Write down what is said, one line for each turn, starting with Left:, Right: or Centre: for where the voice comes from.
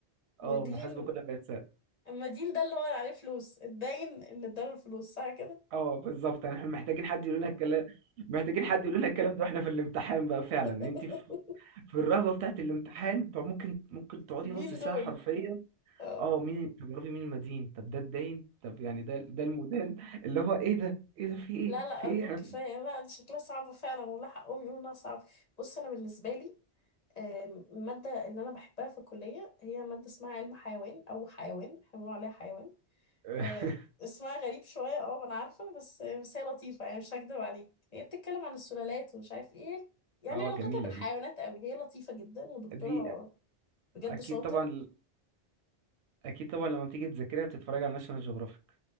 Left: مدين
Right: اه محاسبه كلها بقت سهل
Left: المدين ده اللي هو عليه فلوس الداين اللي اداله الفلوس صح كده
Right: اه بالظبط يعني احنا محتاجين حد يقول لنا الكلام محتاجين حد يقول لنا الكلام ده واحنا في الامتحان بقى فعلا
Left: <laughs>
Right: انت في في الرهبه بتاعت الامتحان انت ممكن ممكن تقعدي
Left: مين
Right: نص ساعه
Left: دول
Right: حرفيا
Left: اه
Right: اه مين طب يا ربي مين المدين طب ده الداين طب يعني ده ده المدان اللي هو ايه ده ايه ده في ايه
Left: لا لا
Right: في
Left: أرجوك
Right: ايه احنا
Left: كفاية لا دي شكلها صعبة فعلا والله حقهم يقولوا إنها صعبة بص أنا بالنسبة لي آم، المادة اللي أنا بحبها في الكلية هي مادة اسمها علم حيوان أو حيوان احنا بنقول عليها حيوان
Right: <laughs>
Left: آه،
Right: في-
Left: اسمها غريب شوية اه أنا عارفة بس بس هي لطيفة يعني مش هكدب عليك هي بتتكلم عن السلالات ومش عارف ايه يعني
Right: اه
Left: علاقتها
Right: جميله
Left: بالحيوانات
Right: دي
Left: قوي هي لطيفة جدا ودكتورها
Right: دي
Left: بجد
Right: اكيد
Left: شاطر
Right: طبعا اكيد طبعا لما بتيجي تذاكريها بتتفرج على ناشونال جيوغرافيك